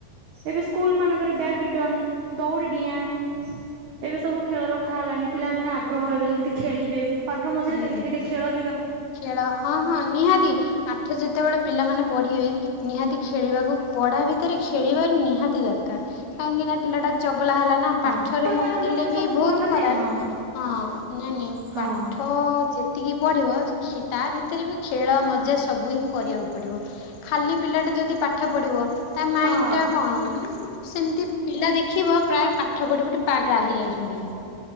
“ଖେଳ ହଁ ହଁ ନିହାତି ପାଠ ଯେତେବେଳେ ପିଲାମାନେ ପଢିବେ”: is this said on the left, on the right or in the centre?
Left